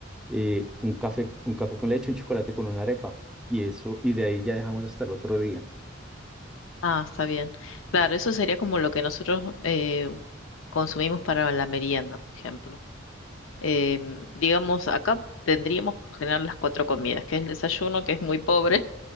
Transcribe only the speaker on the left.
Ah, está bien. Claro, eso sería como lo que nosotros eh, consumimos para la merienda, por ejemplo. Em, digamos, acá tendríamos por lo general las cuatro comidas, que es el desayuno, que es muy pobre,